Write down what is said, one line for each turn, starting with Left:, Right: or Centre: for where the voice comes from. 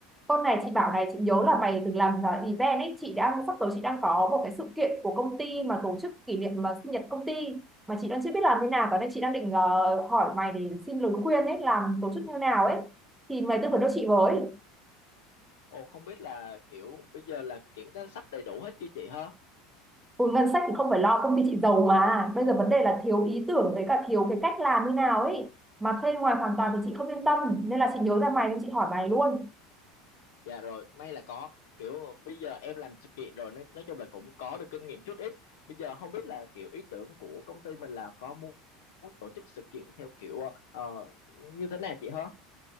Centre: Con này chị bảo này chị nhớ là mày từng làm uh, event ấy chị đang sắp tới chị đang có một cái sự kiện của công ty mà tổ chức kỷ niệm mà sinh nhật công ty mà chị đang chưa biết làm thế nào Tối nay chị đang định ờ, hỏi mày để xin lời khuyên ấy làm tổ chức như nào ấy thì mày tư vấn cho chị với
Left: Ồ không biết là kiểu bây giờ là kiểu danh sách đầy đủ hết chưa chị hả?
Centre: ừ, ngân sách thì không phải lo công ty chị giàu mà bây giờ vấn đề là thiếu ý tưởng với cả thiếu cái cách làm như nào ấy mà thuê ngoài hoàn
Left: Trời,
Centre: toàn thì chị không yên tâm nên là chị nhớ ra mày nên chị hỏi mày luôn
Left: dạ rồi, may là có. Kiểu bây giờ em làm sự kiện rồi nên nói chung là cũng có được kinh nghiệm chút ít. Bây giờ không biết là kiểu ý tưởng của công ty mình là có muốn, muốn tổ chức sự kiện theo kiểu ờ, ờ, như thế nào chị hả?